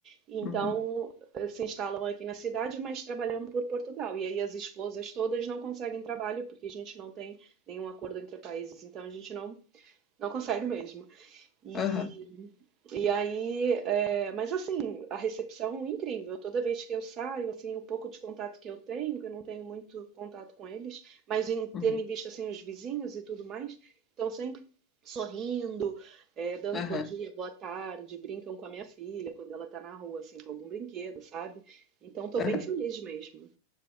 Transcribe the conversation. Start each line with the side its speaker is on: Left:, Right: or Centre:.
Right: então
Left: Uhum.
Right: eh, se instalam aqui na cidade, mas trabalhando por Portugal. E aí as esposas todas não conseguem trabalho, porque a gente não tem nenhum acordo entre países, então a gente não, não consegue mesmo. E,
Left: Aham,
Right: e aí, é, mas assim, a recepção é incrível. Toda vez que eu saio, assim, o pouco de contato que eu tenho, que eu não tenho muito contato com eles, mas em, tendo
Left: uhum.
Right: em vista assim os vizinhos e tudo mais, estão sempre sorrindo, é, dando
Left: Aham,
Right: bom dia, boa tarde, brincam com a minha filha quando ela tá na rua, assim, com algum brinquedo, sabe? Então, tô
Left: aham.
Right: bem feliz mesmo.